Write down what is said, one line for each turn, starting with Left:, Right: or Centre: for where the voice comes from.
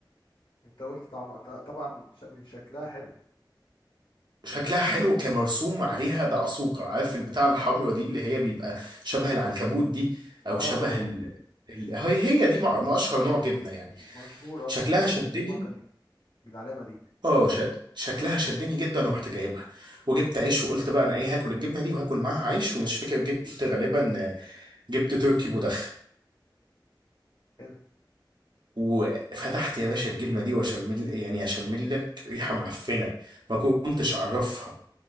Left: انت قلت طعم ط- طبعا ش... من شكلها حلو
Right: شكلها حلو كمرسوم عليها دعسوقة عارف البتاع الحمرا دي اللي هي بيبقى شبه العنكبوت دي او
Left: اه اه
Right: شبه ال... ال... هي هي دي مع... ما اشهر نوع جبنة يعني
Left: مشهور اه
Right: شكلها
Left: بال...
Right: شدني
Left: بالماركة دي بالعلامة دي
Right: اه شد شكلها شدني جدا ورحت جايبها وجبت عيش وقلت بقى انا ايه هاكل الجبنه دي وهاكل معاها عيش ومش فاكر جبت غالبا آه، جبت تركي مدخن
Left: حلو
Right: وفتحت يا باشا الجبنه دي واشمل يعني اشمل لك ريحه معفنه ما كنتش اعرفها